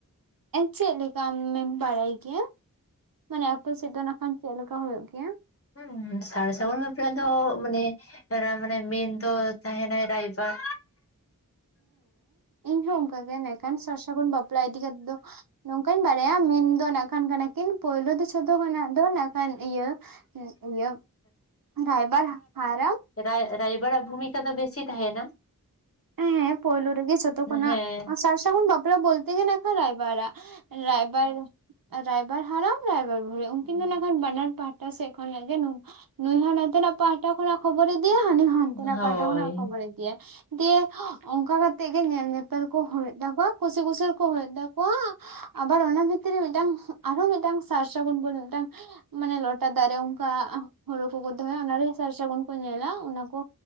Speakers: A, on the right (about 75°); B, on the left (about 40°).
A: ᱪᱮᱫ ᱞᱮᱠᱟ ᱟᱢᱮᱢ ᱵᱟᱲᱟᱭ ᱜᱮᱭᱟ ᱢᱟᱱᱮ ᱟᱯᱮ ᱥᱮᱫ ᱫᱚ ᱠᱷᱟᱱ ᱪᱮᱫ ᱞᱮᱠᱟ ᱦᱩᱭᱩᱜ ᱜᱮᱭᱟ?
B: ᱦᱩ ᱥᱟᱨ ᱥᱟᱹᱜᱩᱱ ᱵᱟᱯᱞᱟ ᱫᱚ ᱢᱟᱱᱮ ᱢᱟᱱᱮ ᱢᱮᱱ ᱫᱚ ᱛᱟᱦᱮᱱᱟᱭ ᱨᱟᱭᱵᱟᱨ
A: ᱤᱧ ᱦᱚᱸ ᱚᱱᱠᱟ ᱜᱮ ᱤᱰᱮᱠᱷᱟᱱ ᱥᱟᱨ ᱥᱟᱹᱜᱩᱱ ᱵᱟᱯᱞᱟ ᱤᱫᱤ ᱠᱟᱛᱮᱜ ᱫᱚ ᱱᱚᱝᱠᱟᱧ ᱵᱟᱲᱟᱭᱟ ᱢᱮᱱ ᱫᱚ ᱱᱟᱜ ᱠᱷᱟᱱ ᱟᱠᱤᱱ ᱯᱳᱭᱞᱳ ᱫᱚ ᱡᱷᱚᱛᱚ ᱠᱷᱚᱱᱟᱜ ᱫᱚ ᱱᱟᱜ ᱠᱷᱟᱱ ᱤᱭᱟᱹ ᱩᱸ ᱤᱭᱟᱹ ᱨᱟᱭᱵᱟᱨ ᱦᱟᱨᱟᱢ
B: ᱨᱟᱭ ᱨᱟᱭᱵᱟᱨᱟᱜ ᱵᱷᱩᱢᱤᱠᱟ ᱫᱚ ᱵᱮᱥᱤ ᱛᱟᱦᱮᱸᱭᱱᱟ?
A: ᱦᱮᱸ ᱯᱳᱭᱞᱳ ᱨᱮᱜᱮ ᱡᱷᱚᱛᱚ ᱠᱷᱚᱱᱟᱜ,
B: ᱦᱮᱸ
A: ᱥᱟᱨ ᱥᱟᱹᱜᱩᱱ ᱵᱟᱯᱞᱟ ᱵᱚᱞᱛᱮ ᱜᱮᱞᱮ ᱟᱠᱷᱟᱱ ᱨᱟᱭᱵᱟᱨᱟᱜ᱾ ᱨᱟᱭᱵᱟᱨ ᱨᱟᱭᱵᱟᱨ ᱦᱟᱨᱟᱢ ᱨᱟᱭᱵᱟᱨ ᱵᱩᱨᱦᱤ,
B: ᱪᱮᱛᱟᱱ
A: ᱩᱱᱠᱤᱱ ᱫᱚ ᱱᱟᱜ ᱠᱷᱟᱱ ᱵᱟᱱᱟᱨ ᱯᱟᱦ ᱴᱟ ᱥᱮᱫ ᱠᱷᱚᱱᱟᱜ ᱜᱮ ᱱᱩᱢ ᱱᱩᱭ ᱦᱚᱸ ᱱᱚᱛᱮ ᱱᱟᱜ ᱯᱟᱦᱴᱟ ᱠᱷᱱᱟᱜ ᱠᱷᱚᱵᱚᱨᱮ ᱤᱫᱤᱭᱟ
B: ᱦᱩᱸ
A: ᱦᱟᱱᱤ ᱦᱚᱸ ᱦᱟᱱᱛᱮ ᱱᱟᱜ
B: ᱦᱳᱭ
A: ᱯᱟᱦᱴᱟ ᱠᱷᱱᱟᱜ ᱠᱷᱚᱵᱚᱨ ᱤᱫᱤᱭᱟ᱾ ᱫᱤᱭᱮ ᱚᱱᱠᱟ ᱠᱟᱛᱮᱫ ᱜᱮ ᱧᱮᱞ ᱧᱮᱯᱮᱞ ᱠᱚ ᱦᱩᱭᱩᱜ ᱛᱟᱠᱚᱣᱟ ᱠᱩᱥᱤ ᱠᱩᱥᱟᱹᱞ ᱠᱚ ᱦᱩᱭᱩᱜ ᱛᱟᱠᱚᱣᱟ᱾ ᱟᱵᱟᱨ ᱚᱱᱟ ᱵᱷᱤᱛᱤᱨ ᱨᱮ ᱢᱤᱫᱴᱟᱝ ᱟᱨᱦᱚᱸ ᱢᱤᱫᱴᱟᱝ ᱥᱟᱨ ᱥᱟᱹᱜᱩᱱ ᱵᱚᱞᱮ ᱢᱤᱫᱴᱟᱝ ᱢᱟᱱᱮ ᱞᱚᱴᱟ ᱫᱟᱜ ᱨᱮ ᱚᱱᱠᱟ ᱦᱳᱲᱳ ᱠᱚᱠᱚ ᱫᱚᱦᱚᱭᱟ ᱚᱱᱟᱨᱮ ᱥᱟᱨ ᱥᱟᱹᱜᱩᱱ ᱠᱚ ᱧᱮᱞᱟ ᱚᱱᱟ ᱠᱚ